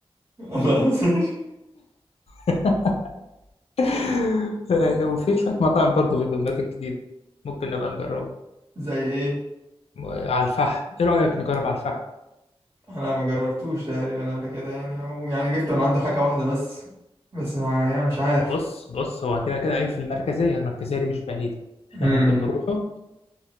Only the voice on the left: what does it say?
<laughs> <laughs> وفي شوية مطاعم برضه في الدمياط الجديدة ممكن نبقى نجربها
على الفحم ايه رأيك نجرب على الفحم
بص بص هو كده كده ايه في المركزية المركزية دي مش بعيدة احنا
ممكن نروحه